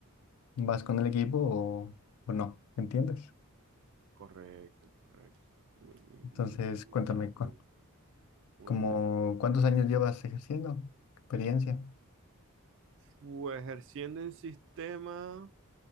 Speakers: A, on the left (about 75°); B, on the right (about 55°).
A: vas con el equipo o, o no, ¿entiendes?
B: Correcto, correcto. Muy, muy,
A: Entonces,
B: muy, muy
A: cuéntame,
B: interesante.
A: cu-
B: Muy
A: como,
B: interesante.
A: ¿cuántos años llevas ejerciendo? Experiencia.
B: Pues ejerciendo en sistema.